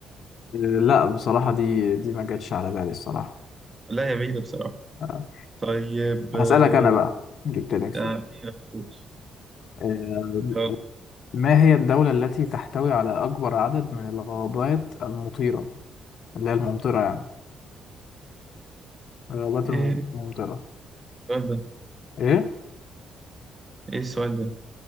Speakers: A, on the left; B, on the right.
A: لا بصراحة دي دي ما جاتش على بالي الصراحة
B: لا يا بعيدة بصراحة
A: آه.
B: طيب
A: هسألك
B: آه،
A: أنا بقى جبت لك
B: ده
A: سؤال
B: اخيرا نقول
A: آه،
B: يلا
A: ما هي الدولة التي تحتوي على أكبر عدد من الغابات المطيرة اللي هي الممطرة يعني الغابات
B: ايه
A: الممطرة
B: السؤال ده
A: إيه؟
B: ايه السؤال ده